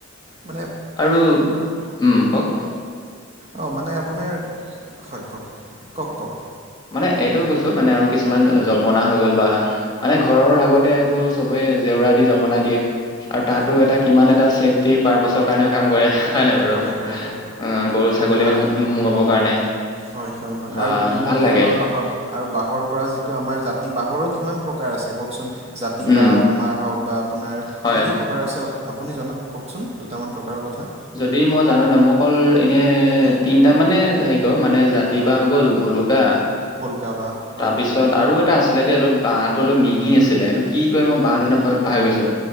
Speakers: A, on the right; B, on the left.
A: মানে
B: আৰু উ, কওঁক
A: অ মানে আপোনাৰ হয় ক'ক, ক'ক ক'ক?
B: মানে এইটোও কৈছো মানে আৰু কিছুমান জপনা হৈ গ'ল বা মানে ঘৰৰ আগতে এটো চবেই জেওৰা দি জপনা দিয়ে। আৰু তাতো
A: হয়
B: এটা কিমান এটা ছেফটি পাৰ পাচক কাৰণেও কাম কৰে হয়নে নাই বাৰু?
A: কৰে
B: অ
A: কৰে কৰে
B: গৰু-ছাগলী
A: আৰু
B: নোসোমাৱৰ কাৰণে।
A: হয় হয়
B: বা
A: আৰু বিভিন্ন
B: ভাল
A: ধৰণৰ
B: লাগে
A: বা হ আৰু বাঁহৰ পৰা যিটো আমাৰ জাতি বাঁহৰো কিমান প্ৰকাৰ আছে কওঁকচোন? জাতি
B: উম
A: বাঁহ আমাৰ হওঁক বা আপোনাৰ
B: হয়
A: কি কি প্ৰকাৰ আছে, আপ আপুনি জনাত কওকচোন দুটামান প্ৰকাৰৰ কথা।
B: যদি মই জানো ন, মই অকল এনে
A: উম,
B: তিনটা মানে হেৰি ক মানে জা তি
A: অঁ
B: বাহ হৈ গ'ল, ভলুকা
A: ভোলকা বাঁহ হয়
B: তাৰপিছ তত আৰু এটা আছিলে দেই অলপ বাঁহটো অলপ মিহি আছিলে, এইটো কি কয় মই বাঁহটো নাম পাহৰি গৈছো।